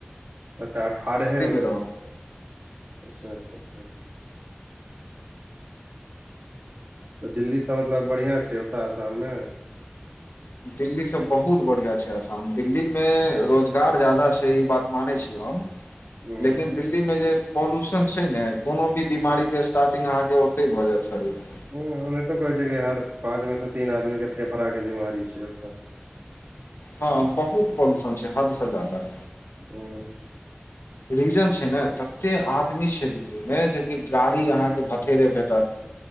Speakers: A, on the right; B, on the left.
A: अच्छा, अठारहे मे
B: रहौ
A: अच्छा, अच्छा, अच्छा। तऽ दिल्लीसँ मतलब बढ़िआ छै ओतय आसाम मे
B: दिल्लीसँ बहुत बढ़िआ छै आसाम दिल्ली मे रोजगार ज्यादा छै ई बात मानै छियै हम
A: हूँ
B: लेकिन। दिल्ली मे जे पॉल्यूशन छै ने कोनो भी बीमारी के स्टार्टिग अहाँकेँ ओते भए जायत शरीर मे
A: ह ओनातो कहै छै कि हर पाँच मे से तीन आदमी के फेफड़ाक के बीमारी छै ओतऽ
B: हँ बहुत पोदूषण छै, हद से जादा
A: हू।
B: रीजन छै ने तते आदमी छै दिल्लीमे जेकि गाड़ी अहाँकेँ भथेरे भेटत